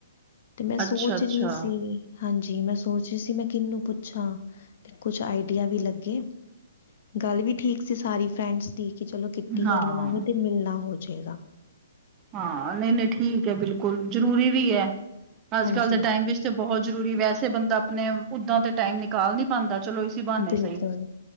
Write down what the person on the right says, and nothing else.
ਅੱਛਾ ਅੱਛਾ,
ਹਾਂ
ਹਾਂ ਨਹੀਂ ਨਹੀਂ ਠੀਕ ਹੈ ਬਿਲਕੁਲ ਜਰੂਰੀ ਵੀ ਹੈ ਅੱਜ
ਕੱਲ੍ਹ ਦੇ ਟਾਈਮ ਵਿੱਚ ਬਹੁਤ ਜ਼ਰੂਰੀ ਵੈਸੇ ਬੰਦਾ ਆਪਣੇ ਓਦਾਂ ਦਾ ਟਾਈਮ ਨਿਕਾਲ ਨੀ ਪਾਉਂਦਾ ਚਲੋ ਇਸੀ ਬਹਾਨੇ
ਸਹੀ।